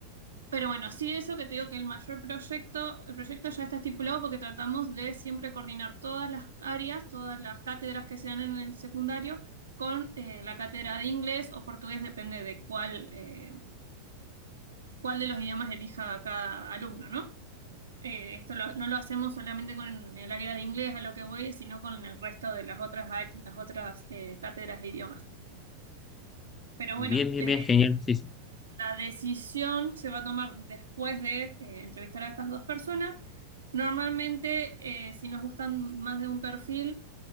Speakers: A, on the right; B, on the left.
A: Pero bueno, sí eso que te digo que el mayor proyecto, el proyecto ya está estipulado porque tratamos de siempre coordinar todas las áreas, todas las cátedras que se dan en el secundario con eh, la cátedra de inglés o portugués, depende de cuál, eh, cuál de los idiomas elija cada alumno, ¿no? Eh, esto lo- no lo hacemos solamente con el área de inglés a lo que voy, sino con el resto de las otras, ar- las otras eh, cátedras de idiomas. Pero bueno,
B: Bien, bien,
A: eh,
B: bien, genial, sí, sí,
A: La decisión se va a tomar después de eh, entrevistar a estas dos personas. Normalmente, eh, si nos gustan más de un perfil,